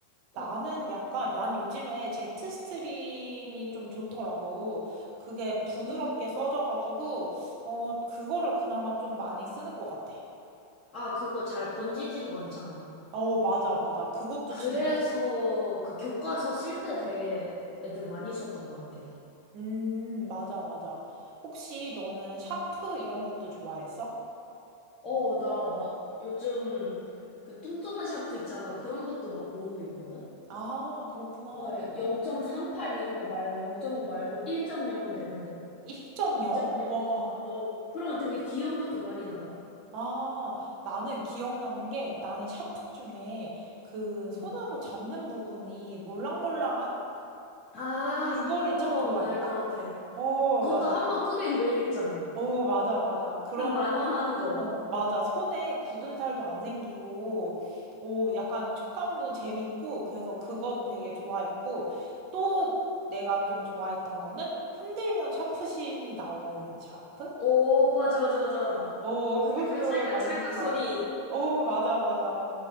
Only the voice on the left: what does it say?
그,
와,
음.
아, 그거 잘 번지지도 않잖아.
그래서
그 교과서 쓸 때 되게 애들 많이 썼던 것 같아.
어, 나 막 요즘 그 뚱뚱한 샤프 있잖아. 그런 것도 막 모으고 있거든?
어, 0.38 이런 거 말고 0.5 말고 1.0 되는 거.
2.0.
아, 어, 그런 거 되게 귀여운 것도 많이 나와.
응.
아,
어,
알 것 같아.
그것도
한 번 크게 유행했잖아.
한 만 원 하는 거.
어,
오, 맞아, 맞아, 맞아.
찰칵, 찰칵,
찰칵
소리.